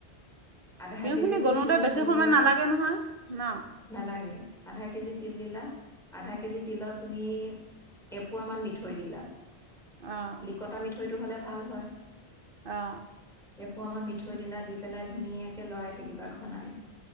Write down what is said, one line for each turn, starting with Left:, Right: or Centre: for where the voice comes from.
Centre: আধা
Right: ঘিউখিনি
Centre: কেজি যদি
Right: গলোতে
Centre: তুমি
Right: বেছি
Centre: তিল
Right: সময়
Centre: লোৱা,
Right: নালাগে নহয় ন
Centre: নালাগে আধা কেজি তিল দিলা আধা কেজি তিলত তুমি এপোৱা মান মিঠৈ দিলা।
Right: অঁ
Centre: লিকতা মিঠৈটো হ'লে ভাল হয়।
Right: অঁ
Centre: এপোৱা মান মি থৈ দিলা দি পেলাই ধুনীয়াকে লৰাই থাকিবা ঘনাই।